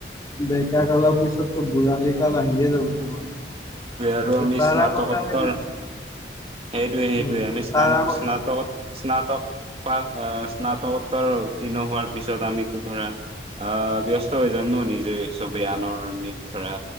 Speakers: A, on the left; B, on the right.
A: <unintelligible> কালৰ পিছতো বুঢ়ালি কাল আহিয়ে যাব তোমাৰ।
B: সেইটোৱে আৰু আমি
A: তাৰ
B: স্নাতকোত্তৰ
A: আগতে আমি
B: সেইটোয়ে- সেইটোয়ে
A: উম
B: আমি স্নান
A: তাৰ আগত
B: স্নাতকত স্নাতক তাৰ আ স্নাতকোত্তৰ উত্তীৰ্ণ হোৱাৰ পিছত আমিতো ধৰা আ ব্যস্ত হৈ যাম ন নিজে চবেই আনৰ নি ধৰা।